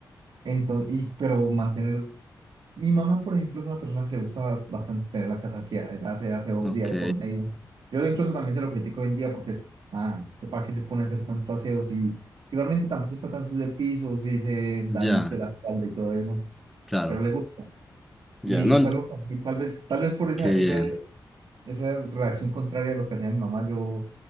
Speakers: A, on the right; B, in the centre.
A: Entonces, y, pero mantener Mi mamá, por ejemplo, es una persona que le gusta bastante tener la casa vacía, ella hace aseo
B: Ok,
A: día de por medio. Yo incluso también se lo critico hoy en día porque es, ah, ¿usted para qué se pone a hacer tanto aseo si, si igualmente tampoco está tan sucio el piso, si se
B: ya,
A: daña usted la espalda y todo eso,
B: claro,
A: pero le gusta.
B: ya,
A: Y,
B: no,
A: y fue algo, y tal vez, tal vez por esa,
B: qué bien,
A: esa, esa reacción contraria a lo que hacía mi mamá, yo